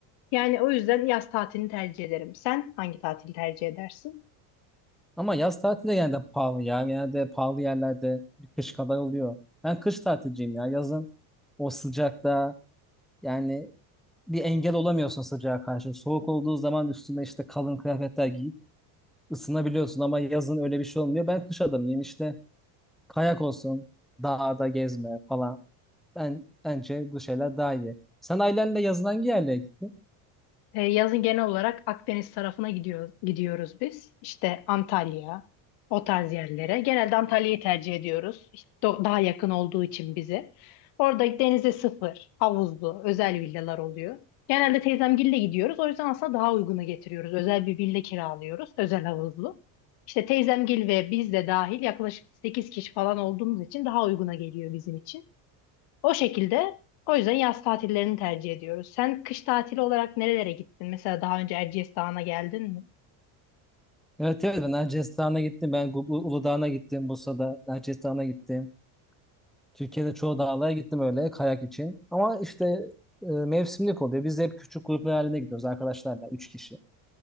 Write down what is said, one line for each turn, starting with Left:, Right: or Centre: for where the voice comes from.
Left: Yani o yüzden yaz tatilini tercih ederim. Sen hangi tatili tercih edersin?
Centre: Ama yaz tatili de genelde pahalı ya. Genelde pahalı yerlerde bir kış kadar oluyor. Ben kış tatilciyim ya. Yazın o sıcakta yani bir engel olamıyorsun sıcağa karşı. Soğuk olduğu zaman üstüne işte kalın kıyafetler giyip ısınabiliyorsun ama yazın öyle bir şey olmuyor. Ben kış adamıyım işte kayak olsun, dağda gezme falan. Ben bence bu şeyler daha iyi. Sen ailenle yazın hangi yerlere gittin?
Left: E, yazın genel olarak Akdeniz tarafına gidiyor, gidiyoruz biz. İşte Antalya, o tarz yerlere. Genelde Antalya'yı tercih ediyoruz. İşte do- daha yakın olduğu için bize. Orada denize sıfır, havuzlu, özel villalar oluyor. Genelde teyzemgille gidiyoruz. O yüzden aslında daha uygunu getiriyoruz. Özel bir villa kiralıyoruz, özel havuzlu. İşte teyzemgil ve biz de dahil yaklaşık 8 kişi falan olduğumuz için daha uyguna geliyor bizim için. O şekilde o yüzden yaz tatillerini tercih ediyoruz. Sen kış tatili olarak nerelere gittin? Mesela daha önce Erciyes Dağı'na geldin mi?
Centre: Evet evet ben Erciyes Dağı'na gittim. Ben Gu- Gu- Uludağ'ına gittim. Bursa'da Erciyes Dağı'na gittim. Türkiye'de çoğu dağlara gittim öyle kayak için. Ama işte e, mevsimlik oluyor. Biz de hep küçük gruplar halinde gidiyoruz arkadaşlarla. Üç kişi.